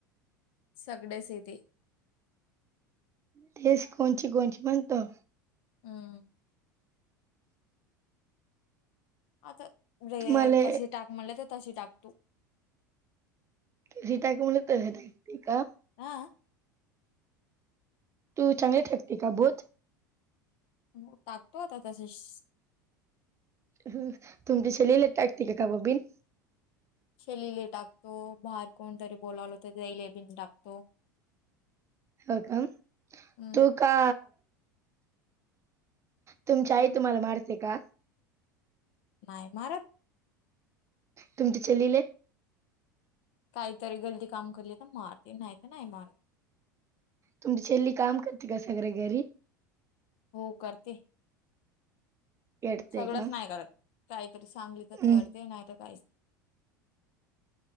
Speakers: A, on the left; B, on the right.
A: सगळच येते.
B: तेच कोणची कोणची म्हणतो?
A: हम् आता वेळ
B: तुम्हाला
A: कशी टाक म्हणले, तशी टाक तू
B: जे टाक म्हणले, तसे टाकते का
A: हा
B: तू चांगली टाकते. का बोध
A: हो, टाकतो. आता तसेस
B: हू, तुम्ही शिलेले टाकते. का का बीन
A: शेलिले टाकतो. बाहेर कोण तरी बोलावल तर ते, गाई बिन टाकतो.
B: हो, का
A: हं.
B: तो ता तुमची आई तुम्हाला मारते का?
A: नाही. मारत
B: तुमची चालेले. <unintelligible>
A: काहीतरी गलती काम केली तर मारते नाही. तर नाही मारत.
B: तुमची चेल्ली काम करते का सगळ्या घरी.
A: हो करते.
B: येडते
A: सगळंच
B: का
A: नाय करत काहीतरी सांगितल
B: हम्म.
A: तर करते नाही तर काहीच